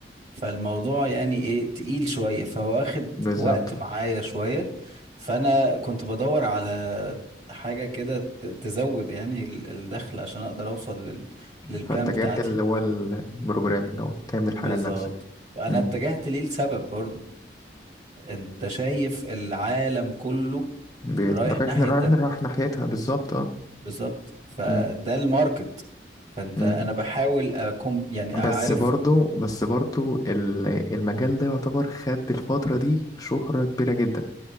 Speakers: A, on the right (about 40°); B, on the left (about 20°).
A: فالموضوع يعني ايه تقيل شوية فواخد
B: بالظبط
A: وقت معايا شوية فانا كنت بدور على حاجة كده ت- تزود يعني ال- الدخل عشان اقدر اوصل لل... للبلان
B: فاتجهت
A: بتاعتي
B: اللي هو البروجرامنج أو تعمل
A: بالظبط
B: حاجة لنفسك
A: انا
B: مم.
A: اتجهت ليه لسبب برضو انت شايف العالم كله
B: بي-
A: رايح
B: رايح
A: ناحية
B: رايح
A: ده
B: رايح ناحيتها بالظبط اه
A: بالظبط فده
B: مم.
A: الماركت فانت
B: مم.
A: انا بحاول اكون يعني
B: بس
A: عارف
B: برضو بس برضو ال- المجال ده يعتبر خد الفترة دي شهرة كبيرة جدا